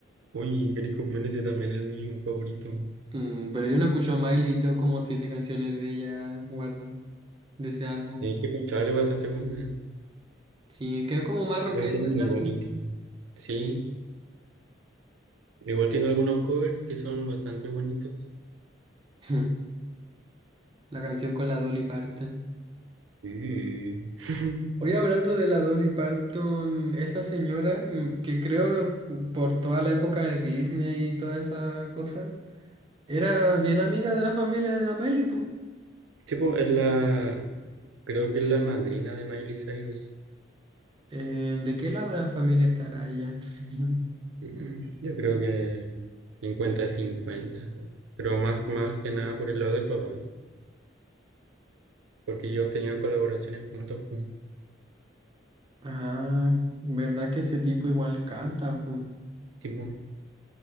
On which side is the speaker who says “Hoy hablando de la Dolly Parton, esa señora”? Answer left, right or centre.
Right